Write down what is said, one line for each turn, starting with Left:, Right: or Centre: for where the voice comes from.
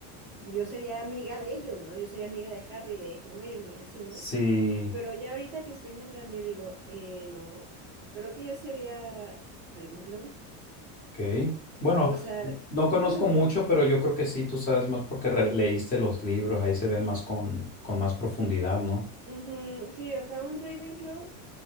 Right: yo sería amiga de ellos, ¿no? Yo sería amiga de Harry, de Hermione y así, ¿no?
Left: Sí,
Right: Pero ya ahorita que estoy más grande, digo, eh, no, creo que yo sería Ravenclaw.
Left: ok. Bueno,
Right: O sea,
Left: no
Right: <laughs>
Left: conozco mucho, pero yo creo que sí, tú sabes más porque re- leíste los libros, ahí se ve más con, con más profundidad, ¿no?
Right: ujú, sí, o sea, un Ravenclaw